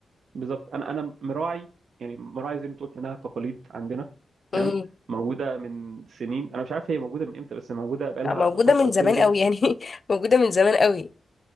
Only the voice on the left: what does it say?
امم
موجودة
من زمان
قوي يعني <laughs> موجودة من زمان قوي